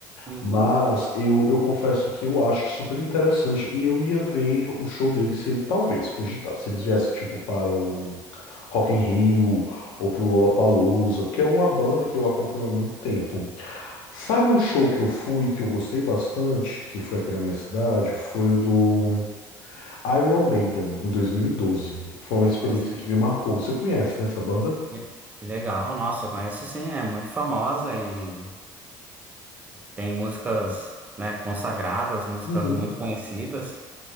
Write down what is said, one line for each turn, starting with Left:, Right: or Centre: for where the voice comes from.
Right: Uhum.
Left: Mas eu, eu confesso que eu acho super interessante e eu ia ver o show deles se ele, talvez, cogitar, se eles viessem, tipo, para o Rock in Rio ou pro Lollapalooza, porque é uma banda que eu acompanho há muito tempo. Sabe um show que eu fui, que eu gostei bastante, que foi aqui na minha cidade? Foi o do Iron Maiden, em 2012. Foi uma experiência
Right: Nossa,
Left: que me marcou. Você conhece, né, essa banda?
Right: que, que legal. Nossa, eu conheço sim, é muito famosa e tem músicas, né, consagradas, músicas
Left: Uhum.
Right: muito conhecidas.